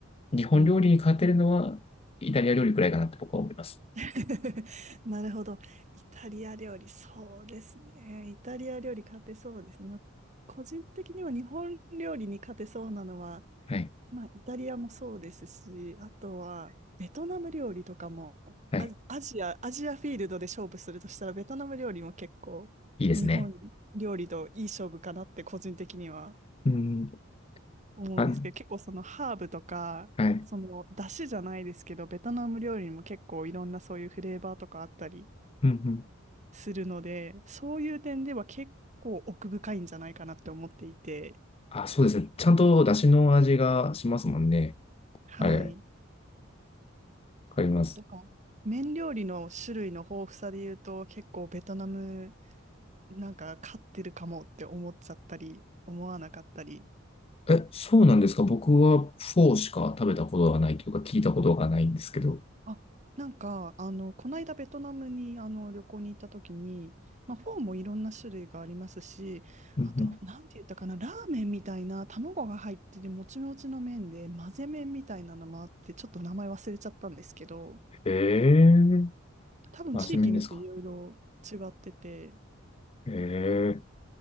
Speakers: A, on the left (about 30°); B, on the right (about 35°).
A: 日本料理に勝てるのは、
B: うん。
A: イタリア料理くらいかなって僕は思います。
B: <laughs> なるほど。イタリア料理、そうですね。イタリア料理勝てそうですね。まあ、個人的には日本料理に勝てそうなのは、
A: はい。
B: まあ、イタリアもそうですし、あとはベトナム料理とかも、
A: はい。
B: ア、アジア、アジアフィールドで勝負するとしたら、ベトナム料理も結構、
A: いいですね。
B: 日本料理といい勝負かなって個人的には
A: うん。
B: 思うんですけど、
A: あ、
B: 結構そのハーブとか、
A: はい。
B: その出汁じゃないですけど、ベトナム料理にも結構いろんなそういうフレーバーとかあったり
A: うんうん。
B: するので、そういう点では結構奥深いんじゃないかなって思っていて、
A: あ、そうですね。ちゃんと出汁の味がしますもんね。
B: はい。
A: はい。わかります。
B: とか、麺料理の種類の豊富さで言うと、結構ベトナムなんか勝ってるかもって思っちゃったり、思わなかったり。
A: え、そうなんですか僕はフォーしか食べたことがないというか、聞いたことがないんですけど。
B: あ、なんか、あの、この間ベトナムにあの旅行に行った時に、まあ、フォーもいろんな種類がありますし、
A: うんうん。
B: あと、なんて言ったかな、ラーメンみたいな卵が入ってて、もちもちの麺で、混ぜ麺みたいなのもあって、ちょっと名前忘れちゃったんですけど、
A: ええー。
B: 多分地域によっていろいろ違ってて、
A: あ、そうめんですか。ええー